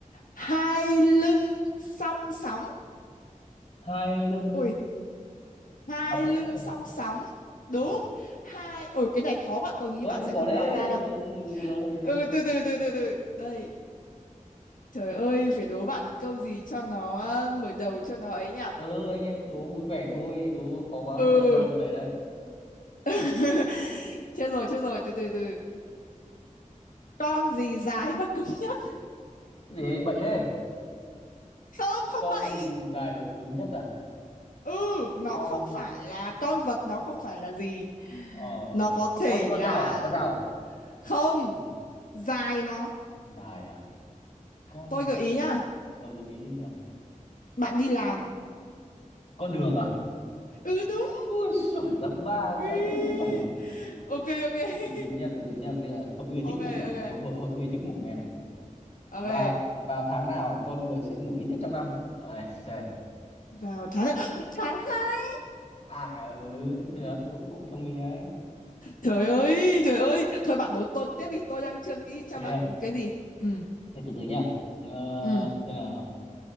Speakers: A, on the left (about 80°); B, on the left (about 45°).
A: Hai lưng song sóng.
B: Hai lưng
A: Ui, hai
B: đọc đúng
A: lưng
B: đấy.
A: song sóng. Đúng.
B: Ủa.
A: Hai Ui cái này khó quá, tôi nghĩ
B: Ôi
A: bạn sẽ
B: bỏ
A: không
B: đấy,
A: đoán ra đâu.
B: đố gì vừa vừa thôi.
A: Ừ từ từ từ từ từ. Đây, trời ơi, phải đố bạn câu gì cho nó ờ, mở đầu cho nó ấy nhỉ?
B: Ừ anh em đố vui vẻ thôi, đố khó quá
A: Ừ.
B: không chơi đâu đi về đấy.
A: <laughs> Chết rồi, chết rồi, từ từ từ. Con gì dài và cứng nhất?
B: Gì bậy thế?
A: Không, không
B: con
A: bậy.
B: gì dài và cứng nhất à
A: ừ nó
B: con
A: không phải là con vật nó không phải là gì
B: ờ
A: nó có thể
B: con con
A: là
B: dao à con dao à
A: không
B: ừ.
A: dài mà
B: dài à con
A: tôi gợi
B: mà
A: ý nhá
B: ờ, gợi ý đi nào
A: bạn đi làm
B: con đường à
A: ừ đúng
B: ui sủa ra ba
A: Ừ.
B: cái vớ vẩn
A: ok ok <laughs>
B: từ từ từ nha từ từ nha bây giờ hội người
A: ok
B: thích ngủ
A: ok
B: hội hội hội người thích ngủ nghe này
A: ok
B: vào vào tháng nào con người sẽ ngủ ít nhất trong năm ai xề
A: vào tháng nào? <gasps> tháng hai
B: à ừ, cũng được cũng cũng thông minh đấy
A: trời ơi trời ơi thôi bạn đố tôi tiếp vì tôi đang chưa nghĩ cho
B: thế
A: bạn
B: à
A: cái gì ừ
B: thế từ từ nha ờ,
A: ừ
B: thế nào